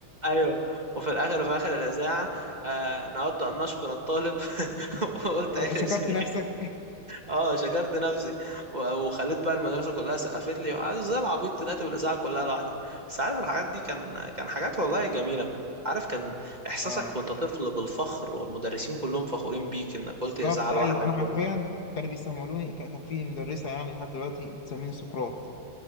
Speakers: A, on the right; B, on the left.
A: ايوه وفي الاخر في اخر الاذاعه آه نود ان نشكر الطالب <laughs> وقلت قايل
B: شكرت
A: اسمي
B: نفسك
A: اه شكرت نفسي و- وخليت بقى المدرسه كلها سقفت لي وقعدت زي العبيط طلعت بالاذاعه كلها لوحدي بس عارف الحاجات دي كان كان حاجات والله جميله عارف كان احساسك
B: اه
A: وانت طفل بالفخر والمدرسين كلهم فخورين بيك انك
B: بالظبط
A: قلت اذاعه
B: ايوه
A: لوحدك
B: انا حرفيا
A: ولا
B: كانوا بيسمولوني ك- كان في مدرسه يعني لحد دلوقتي بتسميني سقراط